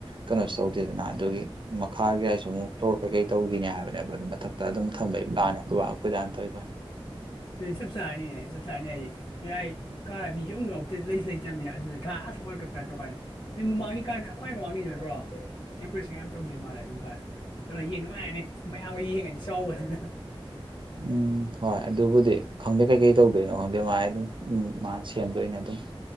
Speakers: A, on the right; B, on the left.
A: ꯀꯅꯣꯁꯨ ꯇꯧꯗꯦꯗꯅ ꯑꯗꯨꯒꯤ ꯃꯈꯥꯒꯤ ꯑꯥꯏꯁꯨ ꯑꯃꯨꯛ ꯐ꯭ꯂꯣꯔ ꯀꯩꯀꯩ ꯇꯧꯒꯤꯅꯦ ꯍꯥꯏꯕꯅꯦꯕ ꯑꯗꯨ ꯃꯊꯛꯇ ꯑꯗꯨꯝ ꯊꯝꯕꯩ ꯄ꯭ꯂꯥꯟꯅꯦ ꯑꯈꯣꯏ ꯕ ꯑꯈꯣꯏꯗꯥꯅ ꯇꯧꯏꯕꯥꯏ
B: ꯆꯞ ꯆꯥꯅꯤꯅꯦ ꯆꯞ ꯆꯥꯔꯅꯤ ꯍꯥꯗꯤ <unintelligible> ꯀꯥ ꯃꯤꯁꯨ ꯑꯃꯨꯛ ꯌꯥꯥꯎꯛꯇꯝ ꯂꯩꯁꯨ ꯂꯩꯇꯝꯃꯤꯅꯤ ꯑꯗꯨꯗ ꯊꯥ ꯑꯁ ꯋꯥꯔꯞꯀꯄ ꯇꯧ ꯀꯥꯟꯗ ꯃꯃꯥꯡꯒꯤ ꯀꯥꯟ ꯑꯩꯈ꯭ꯋꯥ ꯃꯃꯥꯡꯒꯤ ꯅꯠꯇ꯭ꯔꯣ ꯀꯨꯔꯤꯁꯌꯥꯝ ꯇꯧꯗꯣꯏ ꯃꯥꯜꯂꯦ ꯑꯗꯨꯝ ꯃꯥ ꯍꯅ ꯌꯦꯡ ꯅꯨꯡꯉꯥꯏꯔꯅꯤ ꯃꯌꯥꯝꯒ ꯌꯦꯡꯉꯗꯤ ꯆꯥꯎꯕꯅꯤꯅ
A: ꯎꯝ ꯍꯣꯏ ꯑꯗꯨꯕꯨꯗꯤ ꯈꯪꯗꯦ ꯀꯩꯀꯩ ꯇꯧꯗꯣꯏꯅꯣ ꯈꯪꯗꯦ ꯃꯥꯥꯏ ꯑꯗꯨꯝ ꯎꯝ ꯃꯥꯟ ꯁꯦꯝꯗꯣꯏꯅꯦ ꯑꯗꯨꯝ